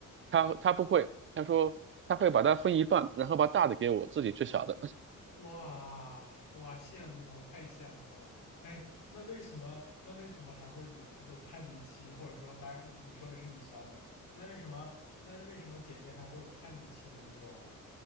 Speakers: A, on the right; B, on the left.
A: 她她不会，她说她会把它分一半，然后把大的给我，自己吃小的。
B: 哇哇，羡慕，太羡慕了！哎，那为什么那为什么还会有这种叛逆期？或者说，当然你说的是你小女儿，那为什么那为什么姐姐还会有叛逆期的这种